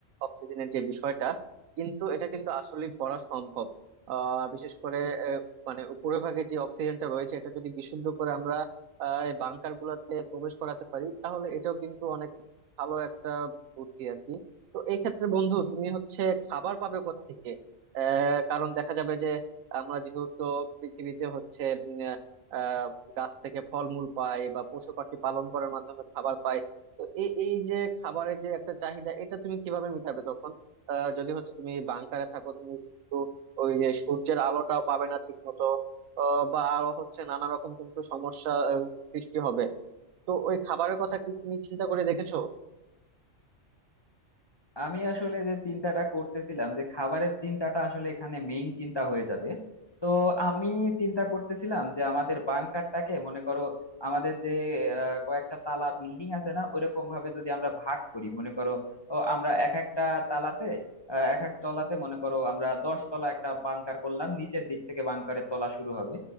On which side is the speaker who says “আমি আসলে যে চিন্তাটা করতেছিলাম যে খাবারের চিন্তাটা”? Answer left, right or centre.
Left